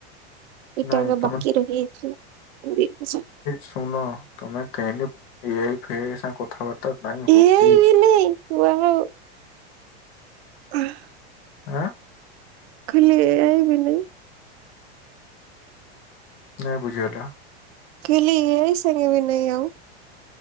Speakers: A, on the right (about 70°); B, on the left (about 60°).
A: ଇତକ
B: ନାଇଁ ତମେ
A: ବାକି ରହିଯାଇଥିଲା <unintelligible>
B: ଶୁନ ତମେ କେନ୍ ଏଆଇ ଫେଆଇ ସାଙ୍ଗେ କଥାବାର୍ତ୍ତା ନାଇଁ
A: <unintelligible>
B: ହୁଅ ପ୍ଲିଜ
A: ହଁ
B: ଆଁ?
A: ଖାଲି ଏ ଆଇ ବି ନାଇଁ।
B: ନାଇଁ ବୁଝି ହେଲା।
A: ଖାଲି ଏ ଆଇ ସାଙ୍ଗେ ବି ନାଇଁ ଆଉ।